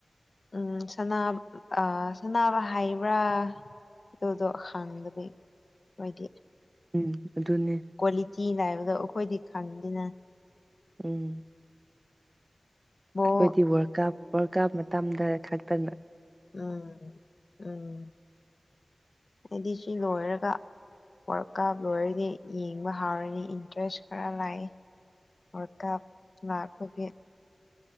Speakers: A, on the left (about 60°); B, on the right (about 35°).
A: ꯎꯝ ꯁꯅꯥꯕ ꯑ ꯁꯥꯅꯕ ꯍꯥꯏꯕ꯭ꯔꯥ ꯑꯗꯨꯗꯣ ꯍꯪꯕꯗꯤ ꯑꯣꯏꯗꯤ
B: ꯎꯝ ꯑꯗꯨꯅꯦ
A: ꯀ꯭ꯋꯥꯂꯤꯇꯤ ꯅꯥꯏꯕꯗꯣ ꯑꯩꯈꯣꯏꯗꯤ ꯈꯪꯗꯦꯅ
B: ꯎꯝ
A: ꯕꯣꯜ
B: ꯑꯩꯈꯣꯏꯗꯤ ꯋꯥꯔꯜ ꯀꯞ ꯋꯥꯔꯜ ꯀꯞ ꯃꯇꯝꯗ ꯈꯛꯇꯪꯅ
A: ꯎꯝ ꯎꯝ ꯍꯥꯏꯗꯤ ꯁꯤ ꯂꯣꯏꯔꯒ ꯋꯥꯔꯛꯀꯥꯞ ꯂꯣꯏꯔꯗꯤ ꯌꯦꯡꯕ ꯍꯥꯎꯔꯅꯤ ꯏꯟꯇꯔꯦꯁ ꯈꯔ ꯂꯥꯛꯑꯦ ꯋꯥꯔꯀꯞ ꯂꯥꯛꯄꯒꯤ